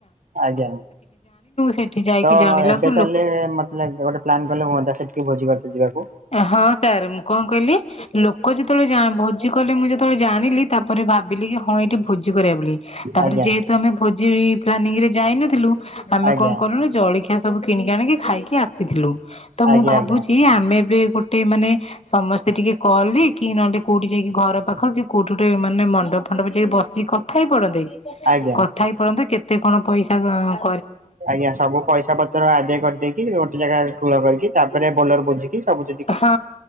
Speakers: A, on the right (about 80°); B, on the left (about 50°).
A: ଆଜ୍ଞା
B: ସେଠି ଯାଇକି
A: ତ
B: ଜାଣିଲାକୁ
A: ଏବେ ତାହେଲ
B: ଲୋକ
A: ମତେ ଲାଗୁଚି ଗୋଟେ ପ୍ଲାନ୍ କଲେ ହୁଅ ନ୍ତା ସେଠିକି ଭୋଜି କରତେ ଯିବାକୁ।
B: ଏ ହଁ ସେ କଣ କହିଲେ ଲୋକ ଯେତେବେଳେ ଜା-ଭୋଜି କଲେ ମୁଁ ଯେତେବେଳେ ଜାଣିଲି ତାପରେ ଭାବିଲି କି ହଁ ଏଇଠି ଭୋଜି କରିବା ବୋଲି ତାପରେ
A: ଆଜ୍ଞା।
B: ଯେହେତୁ ଆମେ ଭୋଜି ପ୍ଲାନିଂରେ ଯା ଯାଇନଥିଲୁ ଆମେ
A: ଆଜ୍ଞା
B: କଣ କଲୁ ନା ଜଳଖିଆ ସବୁ କିଣିକି ଆଣିକି ଖାଇକି ଆସିଥିଲୁ ତ ମୁଁ
A: ଆଜ୍ଞା
B: ଭାବୁଚି
A: ଆଜ୍ଞା
B: ଆମେ ବି ଗୋଟେ ମାନେ ସମସ୍ତେ ଟିକେ କଅଲହି କି ନହେଲେ କୋଉଠି ଯାଇକି ଘର ପାଖ କି କୋଉଠି ମାନେ ମଣ୍ଡପ୍ ଫଣ୍ଡପ ଯାଇକି ବସ୍ ସିଏ କଥା ହେଇ ପଡନ୍ତେ
A: ଆଜ୍ଞା
B: କଥା ହେଇ ପଡନ୍ତେ କେତେ କଣ ପଇସା ଖ
A: ଆଜ୍ଞା ସବୁ ପଇସା ପତର ଆଦାୟ କରିଦେଇକି ଗୋଟେ ଜାଗାରେ ଠୁଳ କରିକି ତାପରେ ବୋଲର ବୁଝିକି ସବୁ ଜି
B: ହଁ